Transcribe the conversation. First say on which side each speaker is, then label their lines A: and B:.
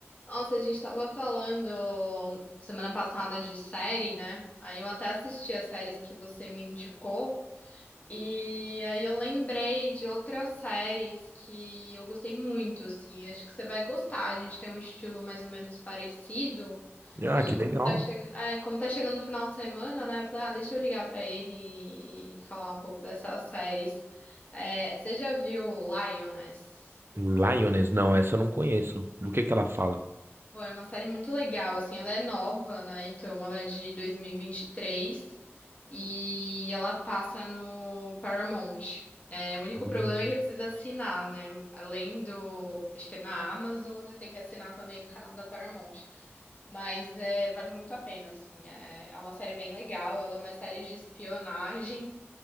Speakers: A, on the left; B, on the right.
A: Nossa, a gente tava falando semana passada de série, né? Aí eu até assisti as séries que você me indicou. E aí eu lembrei de outras séries que eu gostei muito, assim. Acho que você vai gostar. A gente tem um estilo mais ou menos parecido.
B: Ah,
A: E
B: que legal.
A: como tá chegando, é, como tá chegando no final de semana, né? Eu falei, ah, deixa eu ligar pra ele e e falar um pouco dessas séries. É, você já viu Lioness?
B: Lioness, não, essa eu não conheço. Do que que ela fala?
A: Pô, é uma série muito legal, assim, ela é nova, né? Então ela é de dois mil e vinte e e três e ela passa no Paramount. É, o único
B: Hum,
A: problema é que precisa assinar, né? Além do, acho que é na Amazon, você tem que assinar também o canal da Paramount. Mas é, vale muito a pena, assim. É, é uma série bem legal, ela é uma série de espionagem.